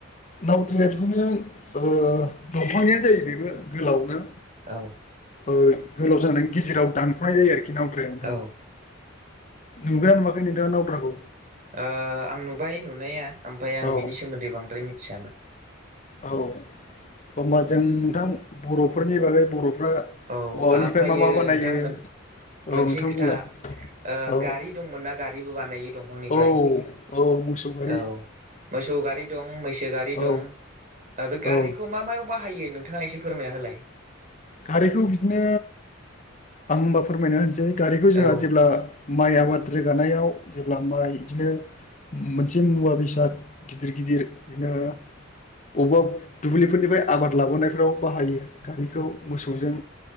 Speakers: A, on the left (about 35°); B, on the right (about 40°).
A: नावद्राया बिदिनो ओ दंफांनिनो जायो बेबो गोलावनो
B: औ
A: गोलाव जानानै गेजेराव दानख'नाय जायो आरोखि नावद्राया नोंथां
B: औ ओ
A: नुगोना नुवाखै नोंथाङा नावद्राखौ
B: ओ आं नुबाय नुनाया ओमफाय आं
A: औ
B: बिनि सोमोन्दै बांद्राय मिथियामोन।
A: औ हमबा जों नोंथां बर'फोरनि बागै बर'फ्रा
B: औ
A: औवानिफ्राय
B: आमफायो
A: मा मा बानायो
B: नोंथांमोन
A: औ
B: मोनसे
A: नोंथां
B: खोथा
A: बुंलाय
B: ओ
A: औ
B: गारि दंमोन ना गारिबो बानायो। दंफांनिफ्राय
A: औ औ मोसौ गारि
B: औ मोसौ गारि दं मैसो गारि
A: औ
B: दं। ओ बे गारिखौ
A: औ
B: मा मायाव बाहायो नोंथाङा एसे फोरमायना होलाय
A: खारैखौ बिदिनो आं होनबा फोरमायना होनोसै गारिखौ जोंहा
B: औ
A: जेब्ला माइ आबाद रोगानायाव जेब्ला माइ इदिनो मोनसे मुवा बेसाद गिदिर गिदिर बिदिनो बबेबा दुब्लिफोरनिफ्राय आबाद लाबोनायफोराव बाहायो गारिखौ मोसौजों